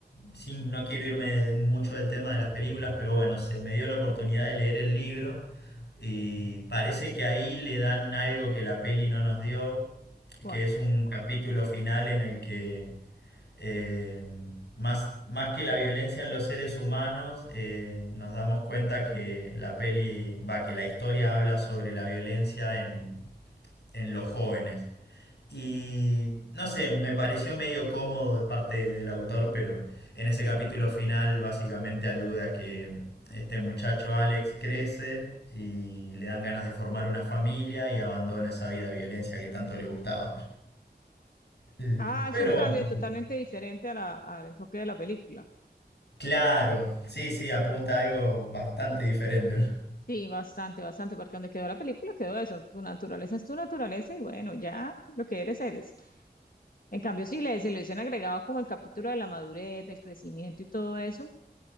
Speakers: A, on the left; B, on the left.
A: sin, no quiero irme mucho del tema de las películas, pero bueno, se me dio la oportunidad de leer el libro y parece que ahí le dan algo que la peli no nos dio,
B: ¿Cuál?
A: que es un capítulo final en el que eh, más, más que la violencia en los seres humanos, eh, nos damos cuenta que la peli, va, que la historia habla sobre la violencia en, en los jóvenes. Y no sé, me pareció medio cómodo de parte del autor, pero en ese capítulo final básicamente alude a que este muchacho Alex crece y le dan ganas de formar una familia y abandona esa vida violencia que tanto le gustaba. Eh,
B: Ah,
A: Pero
B: es un cambio
A: bueno, no sé.
B: totalmente diferente a la- al enfoque de la película.
A: Claro, sí, sí, apunta a algo bastante diferente.
B: Sí, bastante, bastante, porque donde quedó la película quedó eso. Tu naturaleza es tu naturaleza y bueno, ya lo que eres, eres. En cambio, si le, si lo dicen agregado como el capítulo de la madurez, del crecimiento y todo eso,